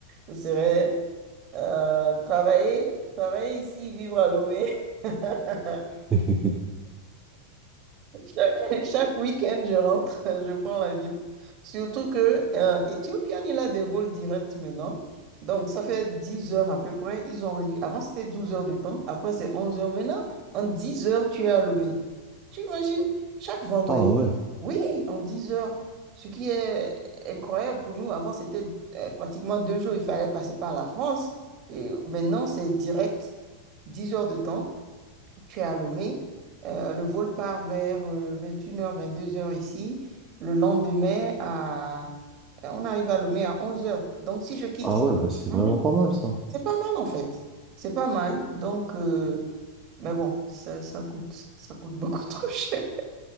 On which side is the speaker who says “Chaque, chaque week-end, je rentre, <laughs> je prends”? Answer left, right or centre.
Right